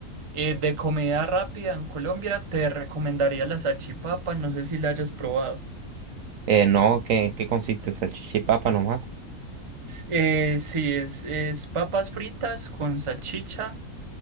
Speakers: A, on the right; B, on the right.
A: eh, de comida rápida en Colombia te recomendaría la salchipapa, no sé si la hayas probado.
B: eh, no, ¿qué, qué consiste? Salchicha y papa nomás.
A: eh, sí, es, es papas fritas con salchicha.